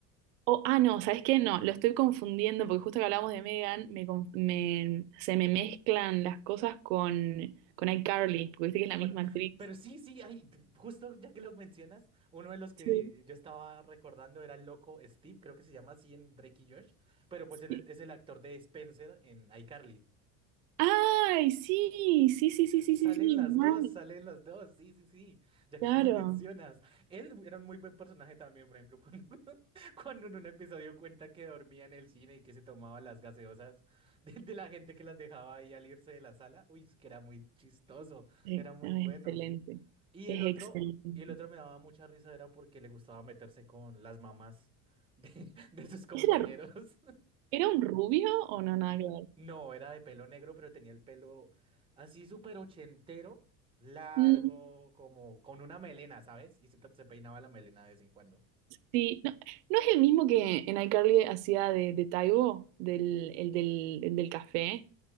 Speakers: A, on the right (about 90°); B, on the right (about 15°).
A: Oh, ah, no, ¿sabes qué? No, lo estoy confundiendo porque justo que hablamos de Megan, me, conf- me- se me mezclan las cosas con, con iCarly, porque viste que es la
B: Con-
A: misma actriz.
B: pero sí, sí, ay, justo ya que lo mencionas, uno de los que
A: Sí.
B: yo estaba recordando era el loco Steve, creo que se llama así en Drake y Josh, pero pues él
A: Sí.
B: es, es el actor de Spencer en iCarly.
A: Ay, sí, sí, sí, sí,
B: Eh,
A: sí,
B: Salen
A: sí, sí,
B: las
A: mal,
B: dos, salen las dos, sí, sí, sí, ya que
A: claro.
B: lo <laughs> mencionas. Él era un muy buen personaje también, por ejemplo, cuando, <laughs> cuando en un episodio cuenta que dormía en el cine y que se tomaba las gaseosas <laughs> de, de la gente que las dejaba ahí al irse de la sala. Uy, es que era muy chistoso,
A: Eh,
B: era muy
A: no,
B: bueno.
A: es excelente,
B: Y
A: es
B: el otro,
A: excelente.
B: y el otro me daba mucha risa, era porque le gustaba meterse con las mamás de, <laughs> de sus compañeros.
A: ¿Ese era, era un rubio o no, nada que
B: No, era de pelo negro, pero tenía el pelo así súper ochentero, largo,
A: ver?
B: como con una melena, ¿sabes? Y se, te- se peinaba la melena de vez en cuando.
A: Sí, no, ¿no es el mismo que en iCarly hacía de, de Taibo, del, el del, el del café,